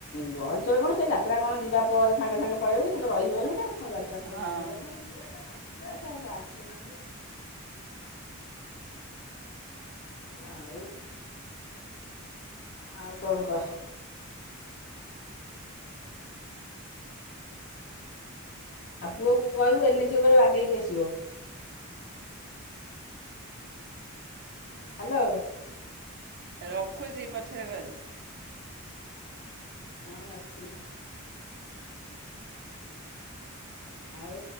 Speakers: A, on the left; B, on the right.
A: ଗହଳିଚହଳ କଣ ସେ ଯାତ୍ରା କଣ ଯିବା ପରେ ସାଙ୍ଗେ ସାଙ୍ଗେ ପଳେଇବ କି ସେ ରହିବ ଏଇନେକା କଣ ଯାତ୍ରା
B: ହଁ।
A: ପରେ ଯିବ ଭାରି ନାକଣସିଏଆ ଗେ ଆସୁ। ଆଉ ଆଉ କଣ କ? ଆଉ ପୁଅକୁ କହିବୁ ଏନେ ଏଚି ଉପରୁ ବାଗେଇକି ଆସିବ। ହ। ଲୋ।
B: ରଖୁଛି ପଛରେ କରି।
A: ନାହିଁ ଅଛି। ଆଉ